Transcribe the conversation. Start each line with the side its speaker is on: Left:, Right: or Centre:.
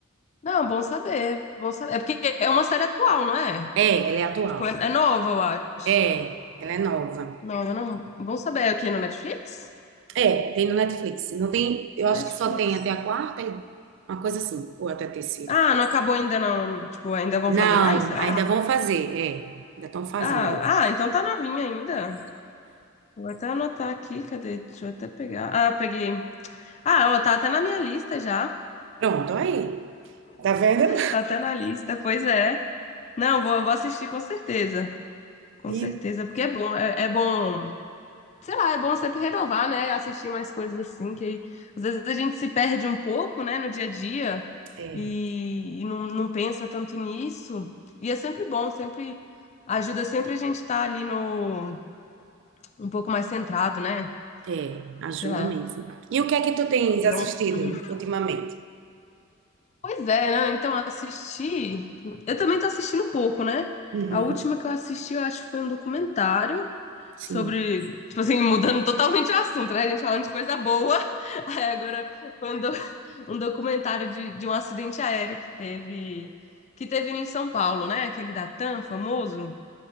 Left: Não, bom saber, bom saber. É porque é uma série atual, não é?
Right: É, ele é atual.
Left: Tipo, é, é nova, eu acho.
Right: É, ela é nova.
Left: Nova, não. Bom saber. É o quê? No Netflix?
Right: É, tem no Netflix. Não tem, eu acho
Left: Netflix.
Right: que só tem até a quarta, e- uma coisa assim, ou até a terceira.
Left: Ah, não acabou ainda, não. Tipo, ainda vão
Right: Não,
Left: fazer mais, será?
Right: ainda vão fazer, é, ainda estão fazendo.
Left: Ah, ah, então tá novinha ainda. Vou até anotar aqui, cadê? Deixa eu até pegar. Ah, peguei. Ah, ó, tá até na minha lista já.
Right: Pronto, aí. Tá vendo?
Left: Tá até na lista, pois é. Não, vou, vou assistir com certeza. Com
Right: E
Left: certeza, porque é bom, é, é bom, sei lá, é bom sempre renovar, né? Assistir mais coisas assim, que aí, às vezes a gente se perde um pouco, né, no dia a dia
Right: É,
Left: e, e não, não pensa tanto nisso. E é sempre bom, sempre ajuda sempre a gente estar ali no um pouco mais centrado, né?
Right: é, ajuda
Left: Sei lá.
Right: mesmo. E o que é que tu tens
Left: Não,
Right: assistido
Left: uhum.
Right: ultimamente?
Left: Pois é, né? Então assistir. Eu também tô assistindo pouco, né?
Right: Uhum.
Left: A última que eu assisti, eu acho que foi um documentário.
Right: Sim,
Left: sobre, tipo assim, mudando totalmente o assunto, né? A gente falando de coisa boa. <laughs> Aí agora foi um, do- um documentário de, de um acidente aéreo que teve que teve em São Paulo, né? Aquele da TAM famoso,